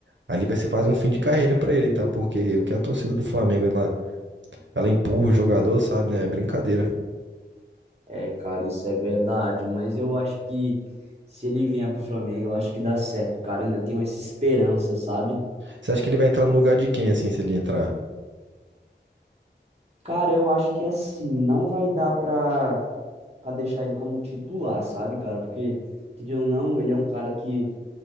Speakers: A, on the right (about 90°); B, on the right (about 35°).
A: ali vai ser quase um fim de carreira pra ele, tá? Porque o que a torcida do Flamengo, ela, ela empurra o jogador, sabe, né? É brincadeira.
B: É, cara, isso é verdade, mas eu acho que se ele vier pro Flamengo, eu acho que dá certo, cara. Eu ainda tenho essa esperança, sabe?
A: Você acha que ele vai entrar no lugar de quem, assim, se ele entrar?
B: Cara, eu acho que assim, não vai dar pra, pra deixar ele como titular, sabe, cara? Porque, querendo ou não, ele é um cara que